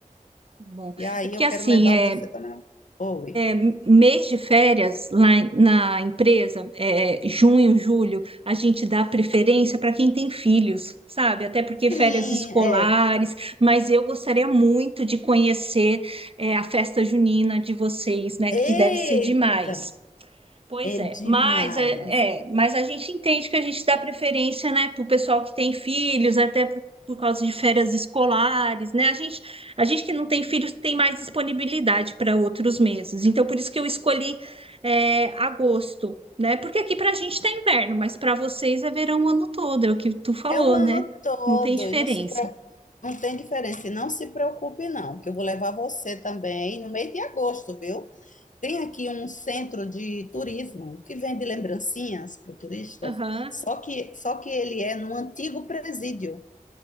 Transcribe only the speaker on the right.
bom.
É porque
assim,
é.
m- mês de férias lá em- na empresa, é, junho, julho, a gente dá preferência para quem tem filhos, sabe? Até porque
férias escolares,
mas eu gostaria muito de conhecer, é, a festa junina de vocês, né?
Que deve ser demais. Pois
é,
mas é, é, mas a gente entende que a gente dá preferência, né, para o pessoal que tem filhos, até por, por causa de férias escolares, né? A gente, a gente que não tem filhos tem mais disponibilidade para outros meses. Então, por isso que eu escolhi é, agosto, né? Porque aqui para a gente tá inverno, mas para vocês é verão o ano todo, é o que tu falou,
né?
Não tem diferença.
Aham,